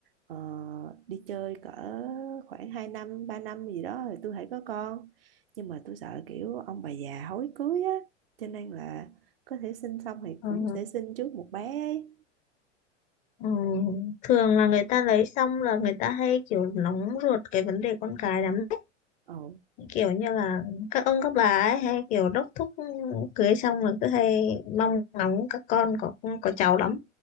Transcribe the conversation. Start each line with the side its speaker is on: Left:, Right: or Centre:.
Right: ờ, đi chơi cỡ khoảng 2 năm 3 năm gì đó rồi tôi hãy có con nhưng mà tôi sợ kiểu ông bà già hối cưới á cho nên là có thể sinh xong thì
Left: ừ,
Right: cũng sẽ sinh trước một bé ấy
Left: ừ. thường
Right: Ừ.
Left: là người ta lấy xong là người ta hay kiểu nóng ruột cái vấn đề con cái lắm đấy.
Right: ồ
Left: kiểu như là các ông các bà ấy hay kiểu đốc thúc cưới xong là cứ hay mong ngóng các con có có cháu lắm